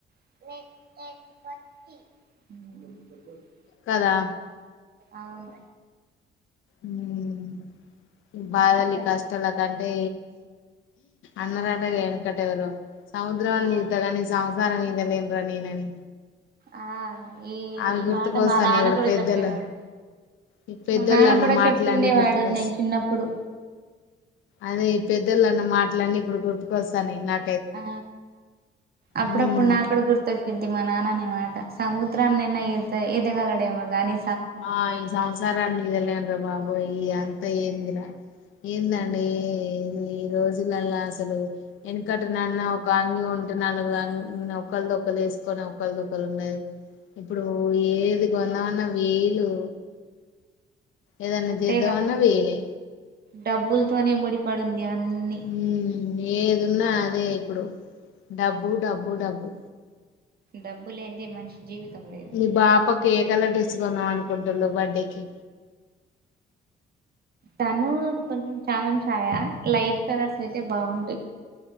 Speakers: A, on the right; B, on the left.
A: బ
B: కదా
A: అవును
B: ఉం బాధలు
A: ఇంకా
B: ఇ కష్టలు తే అంటే అన్నరాటగా వెనకట్ట ఎవరో సముద్రలు
A: ఆ
B: ఇదుతగాని సంసారం ఇదాలేన్ర నేనని
A: ఆ ఈ
B: అవి
A: ఈ
B: గుర్తుకొస్తాను
A: మాట మా నాన్న
B: ఇప్పుడు
A: కూడా
B: పెద్దలు
A: చెప్పేవాడు
B: ఈ పెద్దోళ్ళు
A: మా నాన్న
B: అన్న
A: కూడా
B: మాటలన్నీ
A: చెప్తుండేవాడు
B: గుర్తుకొస్తా
A: నేను చిన్నప్పుడు
B: అదే యి పెద్దొళ్ళు అన్న మాటలన్నీ ఇప్పుడు గుర్తుకొస్తానయి న
A: ఆ అప్పుడప్పుడు
B: ఉమ్
A: నాక్కూడ గుర్తొచ్చ ఇది మా నాన్న అనే మాట సముద్రానైనా ఇత ఈదగలడేమో గానీ
B: ఆ ఈ సంసారాన్ని ఈదలెండ్రా బబు ఒ యి అంత ఏందిరా ఏందండి ఈ ఈ రోజులల్ల అసలు వెనకటన్న ఒక అంగి కొ నాలుగు అంగి ఒకళదొరు ఎసుకొని ఒకళ్దొ ఉన్నాది ఇప్పుడు ఏది కొందమన్నా వేలు ఏదన్నా
A: అంతేగా
B: చేద్దామన్న వేలే
A: డబ్బులతోనే ముడిపడుంది అన్ని
B: ఉం ఏదున్నా అదే ఇప్పుడు డబ్బు డబ్బు డబ్బు
A: డబ్బు లేంది మనిషి జీవితం లేదు
B: మీ బాపకు ఎ కలర్ డ్రెస్ కొందం అనుకుంటున్నాలు బర్త్డేకి
A: తను కొంచెం చామన్ చాయా లైట్ కలర్స్ అయితే బాగుంటాయి